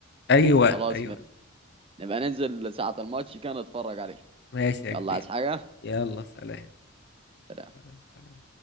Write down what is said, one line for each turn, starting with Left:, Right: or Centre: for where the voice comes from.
Left: اي وقت
Right: خلاص
Left: اي
Right: ماشي
Left: وقت
Right: نبقى ننزل ساعة الماتش كده نتفرج عليه
Left: ماشي يا كبير
Right: يلا عايز حاجة
Left: يلا سلام
Right: سلام.
Left: سلام سلام